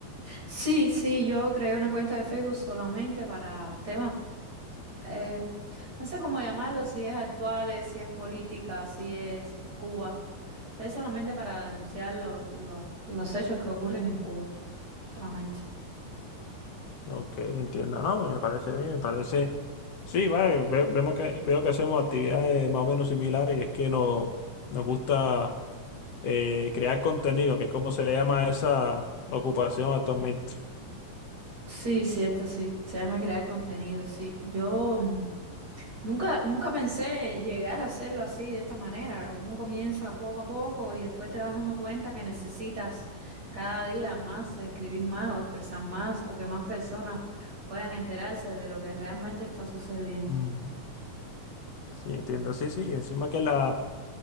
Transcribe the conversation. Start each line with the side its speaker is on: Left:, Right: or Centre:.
Right: Sí, sí, yo creé una cuenta de Facebook solamente para temas, eh, no sé cómo llamarlo, si es actuales, si es política, si es Cuba. Es solamente para denunciar lo- lo- los hechos que ocurren en Cuba, solamente.
Left: Ok, entiendo, no, pues me parece bien, me parece... Sí, vale, ve- vemos que, veo que hacemos actividades más o menos similares y es que nos, nos gusta eh, crear contenido, que es como se le llama a esa ocupación actualmente.
Right: Sí, cierto, sí. Se llama crear contenido, sí. Yo mm, Nunca, nunca pensé llegar a hacerlo así, de esta manera. Uno comienza poco a poco y después te vas dando cuenta que necesitas cada día más escribir más o expresar más o que más personas puedan enterarse de lo que realmente está sucediendo.
Left: Mm. Sí, entiendo, sí, sí, encima que la